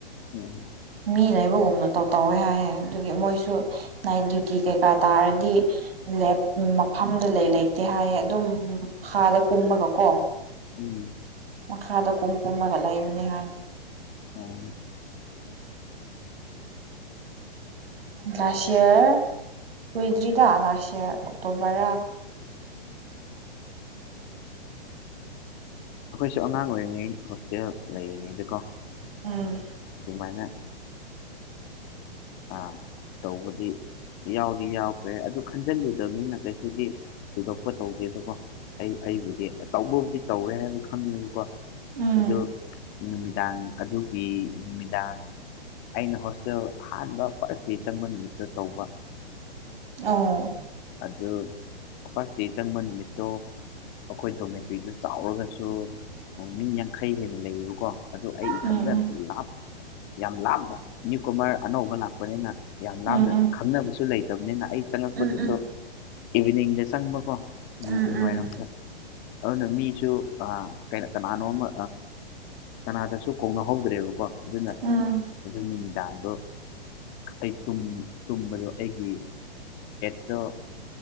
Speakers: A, on the left; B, on the right.
A: ꯎꯝ
B: ꯃꯤ ꯂꯩ ꯃꯔꯨꯒꯨꯝꯅ ꯇꯧ ꯇꯧꯋꯦ ꯍꯥꯏꯌꯦ ꯑꯗꯨꯒꯤ ꯃꯣꯏꯁꯨ ꯅꯥꯏꯠ ꯗ꯭ꯌꯨꯇꯤ ꯀꯩꯀꯥ ꯇꯥꯔꯗꯤ ꯂꯦꯞ ꯃꯐꯝꯗ ꯂꯩ ꯂꯩꯇꯦ ꯍꯥꯏꯌꯦ ꯑꯗꯨꯝ ꯈꯥꯗ ꯀꯨꯝꯃꯒ ꯀꯣ
A: ꯎꯝ
B: ꯃꯈꯥꯗ ꯀꯨꯝ ꯀꯨꯝꯂꯒꯠꯂꯛꯏꯕꯅꯤꯍꯥꯟ
A: ꯑꯣ
B: ꯂꯥꯁ ꯏꯌꯥꯔ ꯀꯨꯏꯗ꯭ꯔꯤꯗ ꯂꯥꯁ ꯏꯌꯥꯔ ꯑꯣꯛꯇꯣꯕꯔ
A: ꯑꯩꯈꯣꯏꯁꯨ ꯑꯉꯥꯡ ꯑꯣꯏꯔꯤꯉꯩ ꯍꯣꯁꯇꯦꯜ ꯂꯩꯔꯤꯉꯩꯗꯀꯣ
B: ꯎꯝ
A: ꯑꯗꯨꯃꯥꯏꯅ ꯑꯥ ꯇꯧꯕꯗꯤ ꯌꯥꯎꯗꯤ ꯌꯥꯎꯈ꯭ꯔꯦ ꯑꯗꯨ ꯈꯟꯖꯤꯜꯂꯨꯗꯕꯅꯤꯅ ꯀꯩꯁꯨꯗꯤ ꯊꯣꯏꯗꯣꯛꯄ ꯇꯧꯒꯦꯗꯀꯣ ꯑꯩ ꯑꯩꯕꯨꯗꯤ ꯑ ꯇꯧꯕꯕꯨꯗꯤ ꯇꯧꯋꯦ ꯍꯥꯏꯕ ꯈꯪꯗꯕꯀꯣ
B: ꯎꯝ
A: ꯑꯗꯨ ꯅꯨꯃꯤꯗꯥꯡ ꯑꯗꯨꯒꯤ ꯅꯨꯃꯤꯗꯥꯡ ꯑꯩꯅ ꯍꯣꯁꯇꯦꯜ ꯑꯍꯥꯟꯕ ꯐꯔ ꯗꯦ ꯆꯪꯕ ꯅꯨꯃꯤꯠꯇꯨ ꯇꯧꯕ
B: ꯑꯣ
A: ꯑꯗꯨ ꯐꯥꯔꯁ ꯗꯦ ꯆꯪꯕ ꯅꯨꯃꯤꯠꯇꯣ ꯑꯩꯈꯣꯏ ꯗꯣꯃꯦꯇꯔ꯭ꯤꯗꯨ ꯆꯥꯎꯔꯒꯁꯨ ꯃꯤ ꯌꯥꯡꯈꯩ ꯍꯦꯟꯅ ꯂꯩꯌꯦꯕꯀꯣ ꯑꯗꯣ ꯑꯩ ꯏꯊꯟꯇ
B: ꯎꯝ
A: ꯂꯥꯞ ꯌꯥꯝ ꯂꯥꯞꯅ ꯅ꯭ꯌꯨꯀꯣꯃꯔ ꯑꯅꯧꯕ ꯂꯥꯛꯄꯅꯤꯅ ꯌꯥꯝ ꯂꯥꯞꯅ
B: ꯎꯝ ꯎꯝ
A: ꯈꯪꯅꯕꯁꯨ ꯂꯩꯇꯕꯅꯤꯅ ꯑꯩ ꯆꯪꯉꯛꯄꯗꯨꯁꯨ
B: ꯎꯝ ꯎꯝ
A: ꯏꯚꯤꯅꯤꯡꯗ ꯆꯪꯕꯀꯣ
B: ꯎꯝ ꯎꯝ
A: ꯅꯨꯡꯊꯤꯟ
B: ꯎꯝ
A: ꯋꯥꯏꯔꯝꯗ ꯑꯗꯨꯅ ꯃꯤꯁꯨ ꯑꯥ ꯀꯅꯥꯅꯣꯃ ꯀꯅꯥꯗꯁꯨ ꯀꯧꯅꯍꯧꯗ꯭ꯔꯦꯕꯀꯣ ꯑꯗꯨꯅ
B: ꯎꯝ
A: ꯑꯗꯨ ꯅꯨꯃꯤꯗꯥꯡꯗꯣ ꯑꯩ ꯇꯨꯝꯕꯗꯣ ꯑꯩꯒꯤ ꯑꯗꯣ